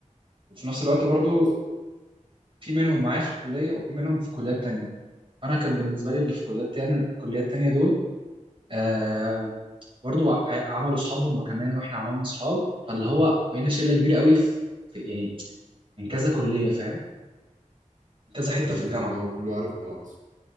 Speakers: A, on the right (about 40°); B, on the right (about 75°).
A: وفي نفس الوقت
B: بالظبط
A: برضو في منهم معايا في الكلية وفي منهم في كليات تانية فأنا كان بالنسبة لي اللي في كليات تانية الكليات التانية دول آه برضو ع- عملوا أصحاب هم كمان وإحنا عملنا أصحاب فاللي هو بقينا شلة كبيرة قوي في في- يعني من كذا كلية فاهم من كذا حتة
B: فهمتك
A: في الجامعة
B: انا هو كله عارف بعض